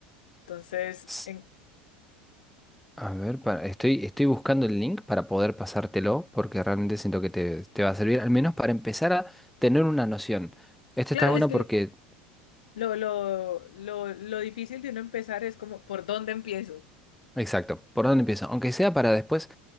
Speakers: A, on the left; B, in the centre.
A: Entonces,
B: S-
A: en-
B: A ver, para- estoy, estoy buscando el link para poder pasártelo, porque realmente siento que te, te va a servir, al menos para empezar a tener una noción. Este
A: claro,
B: está bueno
A: es que
B: porque,
A: lo, lo, lo, lo difícil de uno empezar es como, ¿por dónde empiezo?
B: exacto, ¿por dónde empieza? Aunque sea para después.